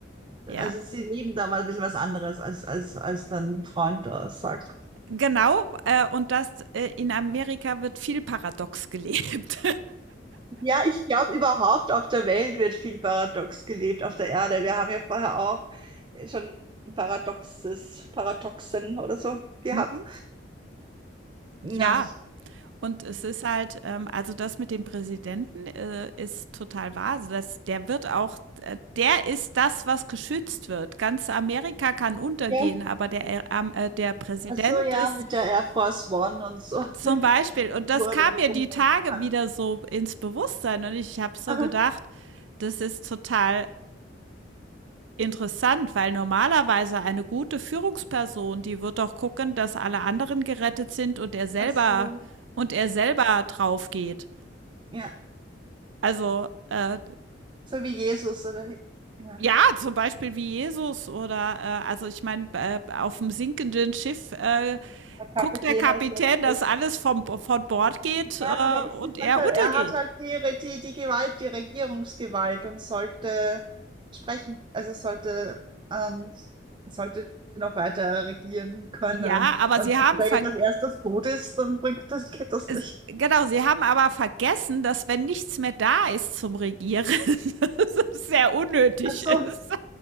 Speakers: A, on the right; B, on the right.
A: ja.
B: also sie lieben da mal ein bisschen was anderes, als, als, als dein Freund da sagt.
A: Genau, äh, und das äh, in Amerika wird viel paradox gelebt.
B: Ja, ich glaube, überhaupt auf der Welt wird viel paradox gelebt, auf der Erde. Wir haben ja vorher auch schon Paradoxes, Paradoxen oder so
A: <laughs>
B: gehabt.
A: mhm,
B: Ja.
A: ja. Und es ist halt, ähm, also das mit dem Präsidenten äh, ist total wahr. Also das, der wird auch, äh, der ist das, was geschützt wird. Ganz Amerika kann untergehen,
B: Ja,
A: aber der, äh, ähm, äh, der Präsident
B: ach so, ja,
A: ist
B: mit der Air Force One und so,
A: Zum
B: <laughs>
A: Beispiel. Und das
B: wo
A: kam
B: er dann
A: mir
B: rumreiten
A: die Tage
B: kann.
A: wieder so ins Bewusstsein. Und ich habe so
B: Aha.
A: gedacht, das ist total interessant, weil normalerweise eine gute Führungsperson, die wird doch gucken, dass alle anderen gerettet sind und er selber
B: Ach so,
A: und er selber drauf geht.
B: Ja.
A: Also äh,
B: so wie Jesus, oder? Ja,
A: ja, zum Beispiel wie Jesus oder äh, also ich meine, äh, auf dem sinkenden Schiff äh,
B: der Kapitän
A: guckt der Kapitän,
B: als letztes.
A: dass alles vom, von Bord geht äh,
B: Ja, na, da ist
A: und
B: die Sache,
A: er untergeht.
B: er hat halt die, Re- die, die Gewalt, die Regierungsgewalt und sollte sprechen, also sollte, ähm, sollte noch weiter regieren können.
A: Ja, aber
B: Und
A: sie haben
B: wenn er
A: ver
B: jetzt als erstes tot ist, dann bringt das, geht das
A: Es,
B: nicht.
A: genau, sie haben aber vergessen, dass wenn nichts mehr da ist zum Regieren, <laughs> dass es sehr unnötig
B: Ach so,
A: ist.